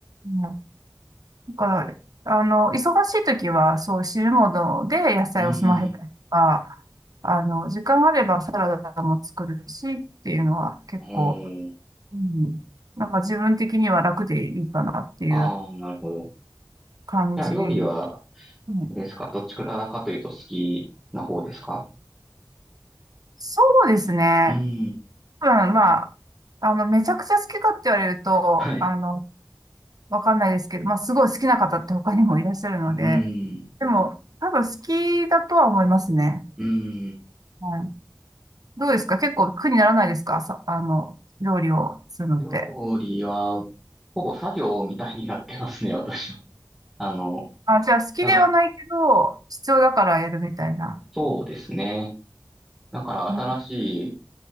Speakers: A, on the right (about 60°); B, in the centre.
A: うん、だから、あの、忙しい時はそう汁物で野菜を済ませたりとか、
B: うーん。
A: あの、時間あればサラダも作るしっていうのは結構、
B: うーん。
A: うん、なんか自分的には楽でいいかなっていう
B: ああ、なるほど。
A: 感じ。
B: じゃあ料理は、
A: うん
B: あれですかどっちからかというと好きな方ですか
A: そうですね。
B: うーん。
A: うん、まあ、あの、めちゃくちゃ好きかって言われると、
B: はい。
A: あの、わかんないですけど、まあ、すごい好きな方って他にもいらっしゃるので、
B: うーん。
A: でも、多分好きだとは思いますね。
B: うーん。
A: はい。どうですか結構苦にならないですかさ、あの、料理をするのって。
B: 料理は、ほぼ作業みたいになってますね、私は。あの、
A: あ、じゃあ好きではないけど、
B: だから
A: 必要だからやるみたいな。
B: そうですね。だから新しい
A: あ